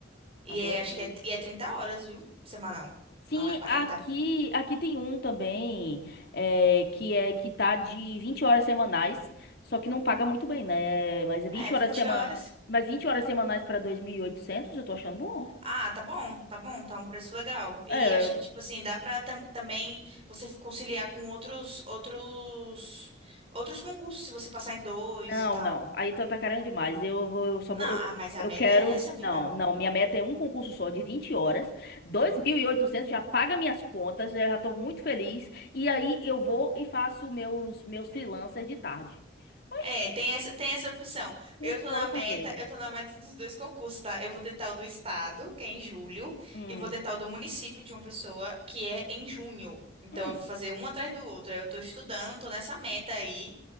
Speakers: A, on the right; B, on the left.
A: E
B: adorei.
A: é, acho que é, e é 30 horas, viu? Semanal.
B: Sim,
A: Não é quarenta.
B: aqui aqui tem um também é, que é que tá de 20 horas semanais, só que não paga muito bem, né? Mas é 20
A: É, 20
B: horas semana,
A: horas.
B: mas 20 horas semanais para 2.800, eu tô achando bom.
A: Ah, tá bom, tá bom, tá um preço legal. E
B: É,
A: acho que, tipo assim, dá pra tam- também você conciliar com outros, outros, outros concursos, se você passar em dois
B: Não,
A: e tal.
B: não. Aí tá tá querendo demais. Eu vou, eu só
A: Não,
B: vou,
A: ah,
B: eu,
A: mas a
B: eu
A: meta
B: quero.
A: é essa, amiga.
B: Não, não. Minha meta é um concurso só de 20 horas, 2.800 já paga minhas contas, eu já tô muito feliz. E aí eu vou e faço meus meus freelancers de tarde. Oxi,
A: É, tem essa, tem essa opção.
B: com
A: Eu tô na
B: toda
A: meta,
B: certeza.
A: eu tô na meta dos dois concursos, tá? Eu vou tentar o do estado, que é em julho,
B: Hum,
A: e vou tentar o do município de uma pessoa, que é em junho. Então
B: hum.
A: eu vou fazer um atrás do outro. Aí Eu tô estudando, tô nessa meta aí,